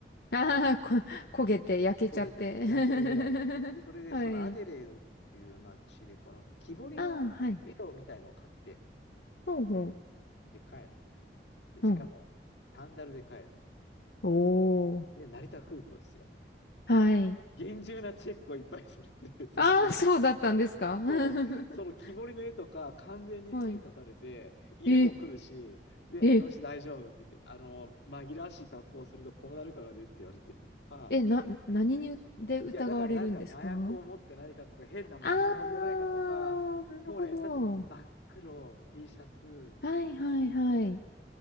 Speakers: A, on the left; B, on the left.
A: ああ、こ、焦げて、焼けちゃって。
B: 焦げて焼けるぐらいに。
A: <laughs>
B: それで、
A: はい。
B: そのアデレードっていう街で、この木彫りの絵をみたいのを買って、
A: ああ、はい。ほうほう。
B: で、帰ると。で、
A: うん。
B: しかも、サンダルで帰る。
A: おー。
B: で、成田空港ですよ。
A: はい。
B: 厳重なチェックをいっぱいされて、<laughs> そこで。
A: ああ、そうだったんですか <laughs>
B: そう、その木彫りの絵とか完全に検査されて、
A: はい。
B: 犬も来るし、
A: え、
B: で、
A: え、
B: よし、大丈夫って言って、あの、紛らわしい格好をするとこうなるからねって言われて、ああ、
A: え、な、何にで疑われるんですかあ
B: いや、だからなんか麻薬を持ってないかとか、変なもん運んでないかとか、
A: あー、なるほど。
B: もうね、だって真っ黒 T シャツ
A: はいはいはい。
B: じゃない